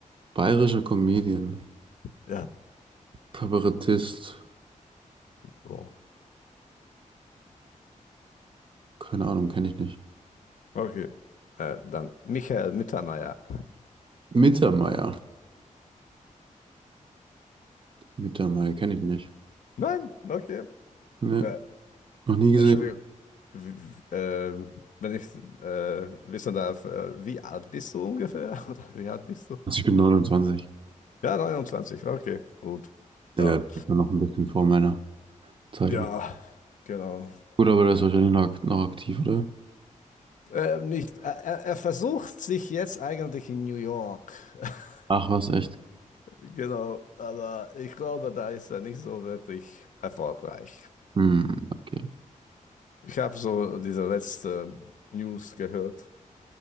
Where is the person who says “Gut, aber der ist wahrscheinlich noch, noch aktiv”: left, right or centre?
Right